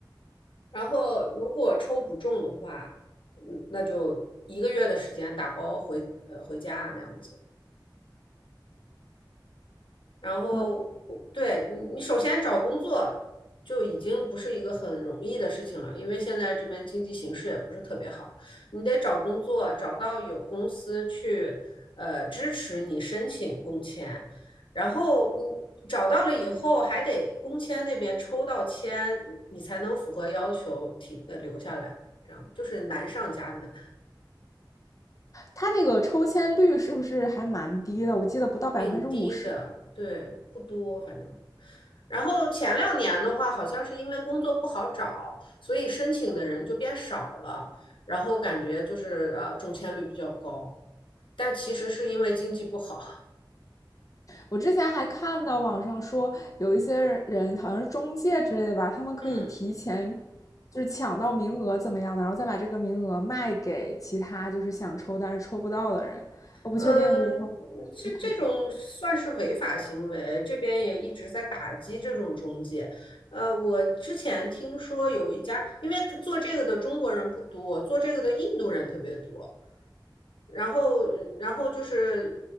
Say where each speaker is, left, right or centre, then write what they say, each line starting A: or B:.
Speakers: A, on the left; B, on the left.
A: 然后如果抽不中的话，嗯，那就一个月的时间打包回呃回家啊那样子。然后我对你，
B: 我
A: 你首先找工作就已经不是一个很容易的事情了，因为现在这边经济形势也不是特别好，你得找工作，找到有公司去呃支持你申请工签，然后你找到了以后，还得工签那边抽到签，你才能符合要求停呃留下来，这样就是难上加难，
B: 他那个抽签率是不是还蛮低的？我记得不到百分之五十。
A: 挺低的，对，不多，反正。然后前两年的话，好像是因为工作不好找，所以申请的人就变少了，然后感觉就是呃中签率比较高，但其实是因为经济不好。
B: 我之前还看到网上说，有一些人好像是中介之类的吧，他们可以提前
A: 嗯
B: 就是抢到名额怎么样的，然后再把这个名额卖给其他就是想抽但是抽不到的人。我不确定我块
A: 嗯，这这种算是违法行为，
B: 就可以
A: 这边也一直在打击这种中介。呃，我之前听说有一家，因为做这个的中国人不多，做这个的印度人特别多。然后，然后就是